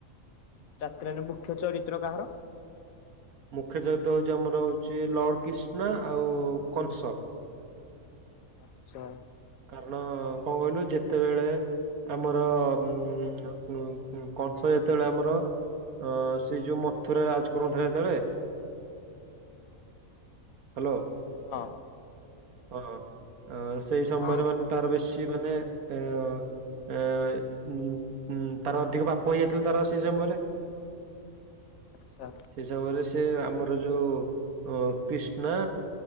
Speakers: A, on the left; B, on the right.
A: ଯାତ୍ରାରେ ମୁଖ୍ୟ ଚରିତ୍ର କାହାର?
B: ମୁଖ୍ୟ ଚରିତ୍ର ହଉଛି ଆମର ହଉଛି ଲଡ କିଷ୍ଣା ଆଉଁ କଂସ।
A: ଆଚ୍ଛା।
B: କାରଣ କଣ କହିଲୁ ଯେତେବେଳେ ଆମର ଉଁ ଆଁ ଉଁ କଂସ ଯେତେବେଳେ ଆମର ଅଁ ସେଇ ଯୋଉଁ ମଥୁରା ରାଜ କରୁଥିଲା ସେତେବେଳେ ହାଲୋ।
A: ହଁ।
B: ହଁ ସେଇ
A: ହଁ
B: ସମୟରେ
A: ହଁ
B: ମାନେ ତାର ବେଶୀ ମାନେ ଏ ଉ ହୁଁ ତାର ଅଧିକ ପାପ ହେଇଯାଇଥିଲା ତାର ସେଇ ସମୟରେ
A: ଆଚ୍ଛା
B: ସେଇ ସମୟରେ ସେ ଆମର ଯୋଉ ଅ କ୍ରିଷ୍ଣା